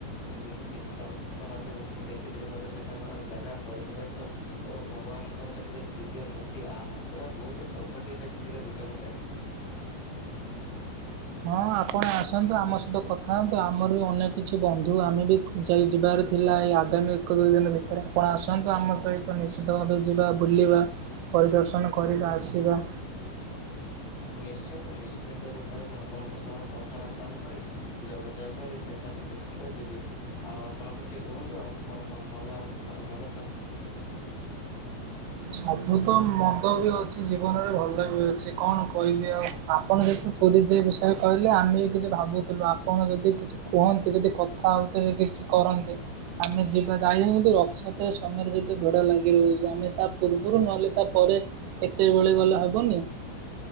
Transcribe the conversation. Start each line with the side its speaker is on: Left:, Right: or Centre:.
Left: ହୁଁ କିଛି ଚଳଚିତ୍ର ମାଧ୍ୟମରେ ମୁଁ ମୁଁ ଦେଖିଥିଲି ମଧ୍ୟ ସେଠାକାର ଜାଗା ପରିବେଶ ଓ ଭଗବାନଙ୍କର ସେଠି ଯୋଉ ଦିବ୍ୟ ମୂର୍ତ୍ତି ଆହା ପୁରା ଭୋଉତୁ ସୌଭାଗ୍ୟ ସେଠି ଥିଲେ ଦେଖିଆକୁ ମିଳେ।
Right: ହଁ ଆପଣ ଆସନ୍ତୁ ଆମ ସହିତ କଥା ହଅନ୍ତୁ ଆମର ବି ଅନେକ କିଛି ବନ୍ଧୁ ଆମେ ବି ଯାଇ ଯିବାରେ ଥିଲା ଏଇ ଆଗାମୀ ଏକ ଦୁଇ ଦିନି ଭିତେରେ ଆପଣ ଆସନ୍ତୁ ଆମ ସହିତ ନିଶ୍ ତ ଭାବେ ଯିବା ବୁଲିବା ପରିଦର୍ଶନ କରିବା ଆସିବା।
Left: ନିଶ୍ଚିନ୍ତ ନିଶ୍ଚିନ୍ତ ରୂପେରେ ମୁଁ ଆପଣଙ୍କ ସହ କଥାବାର୍ତ୍ତା ହ <unintelligible> ଯୋଗାଯୋଗ କରି ସେଠାକୁ ନିଶ୍ଚିନ୍ତ ଯିବି। ଆଉ ଆପଣ କିଛି କୁହନ୍ତୁ ଆଉ କଣ ଭଲ ଖରେନ୍ ମନ୍ଦ।
Right: ସବୁ ତ ମନ୍ଦ ବି ଅଛି ଜୀବନରେ ଭଲ ବି ଅଛି କଣ କହିବି ଆଉ ଆପଣ ଯେହେତୁ ପୁରୀ ଯେ ବିଷୟରେ କହିଲେ ଆମେ ବି କିଛି ଭାବୁଥୁଲୁ ଆପଣ ଯଦି କିଛି କୁହନ୍ତି ଯଦି କ ଥା ଉତିରେ କିଛି କରନ୍ତେ ଆମେ ଯିବା ଯାଇନାହାନ୍ତି ରଥଯାତ୍ରା ସମୟରେ ଯେତେ ଭିଡ ଲାଗି ରହୁଛି ଆମେ ତା ପୂର୍ବୁରୁ ନହେଲେ ତାପରେ କେତେବେଳେ ଗଲେ ହବନି।